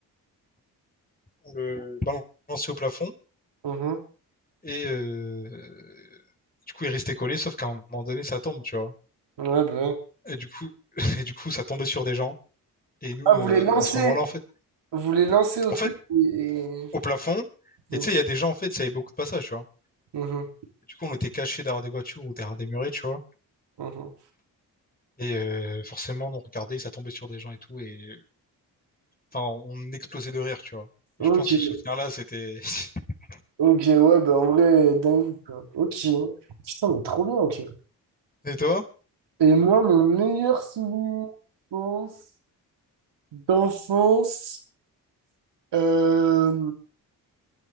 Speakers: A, on the left; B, on the right.
A: on le balançait au plafond
B: mhm.
A: et... euh, du coup, il restait collé, sauf qu'à un moment donné, ça tombe, tu vois.
B: Ouais, bah ouais.
A: Et du coup, <laughs> et du coup, ça tombait sur des gens. Et nous,
B: Ah, vous
A: euh,
B: les lancez,
A: à ce moment-là, en fait,
B: vous les lancez au
A: en
B: truc
A: fait,
B: et... et-
A: au plafond.
B: donc,
A: Et tu sais, il y a des gens, en fait, ça avait beaucoup de passages, tu vois.
B: mhm,
A: Du coup, on était cachés derrière des voitures ou derrière des murets, tu vois.
B: mhm.
A: Et euh, forcément, on regardait, ça tombait sur des gens et tout. Et enfin, on explosait de rire, tu vois.
B: Ok,
A: Et je pense que ce souvenir-là, c'était... <laughs>
B: ok, ouais, bah en vrai, dingue, quoi. Ok, putain, mais trop bien, ok.
A: Et toi?
B: Et moi, mon meilleur souvenir, je pense, d'enfance... Euh,